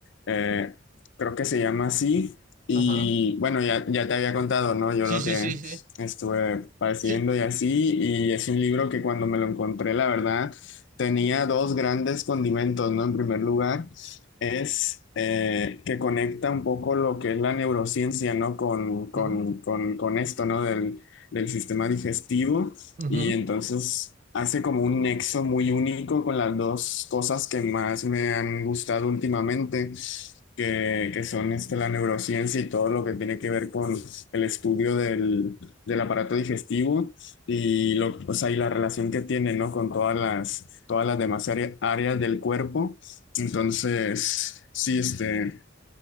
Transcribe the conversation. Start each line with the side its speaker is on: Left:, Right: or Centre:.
Left: Eh, creo que se llama así. Y
Right: Ajá.
Left: bueno, ya, ya te había contado, ¿no? Yo
Right: Sí,
Left: lo
Right: sí,
Left: que
Right: sí, sí.
Left: estuve padeciendo
Right: Sí.
Left: y así. Y es un libro que cuando me lo encontré, la verdad, tenía dos grandes condimentos, ¿no? En primer lugar, es eh, que conecta un poco lo que es la neurociencia, ¿no? Con, con,
Right: Ujú,
Left: con, con esto, ¿no? Del del sistema digestivo
Right: ujú.
Left: y entonces hace como un nexo muy único con las dos cosas que más me han gustado últimamente, que, que son este, la neurociencia y todo lo que tiene que ver con el estudio del, del aparato digestivo y, lo, o sea, y la relación que tiene, ¿no? con todas las, todas las demás área- áreas del cuerpo. Entonces, sí, este...